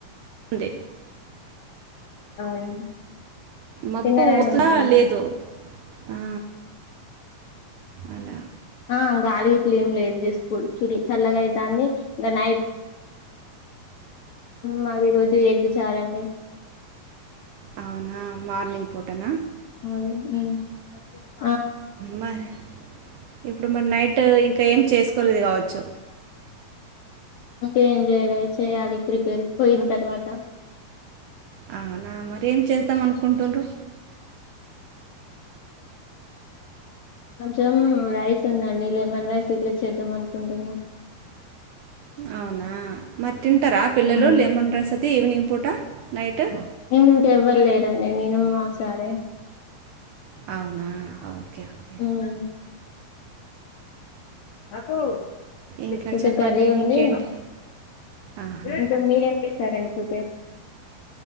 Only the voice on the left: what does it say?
అవును
తిన్నరండి
మధ్యానం
ఆ గాలి గిట్ల ఏం లేదు జస్ట్ పుడి చుడి చల్లగా అయితాంది ఇంగ నైట్ మాది రోజు ఎగ్ చారండి
అవును
ఇంకే ఎం జేయలే చేయాలి ప్రిపేర్ పోయిన తర్వాత
కొంచెం రైస్ ఉందండి లెమన్ రైస్ ఇట్లా చేద్దాం అంటుంటున్నా
మ్
ఇంకెవ్వరు లేరుండి నేను మా సారే
మ్ హాలో
కొంచం
కర్రీ ఉంది
ఇంక మీరేం చేస్తారండి రీపేర్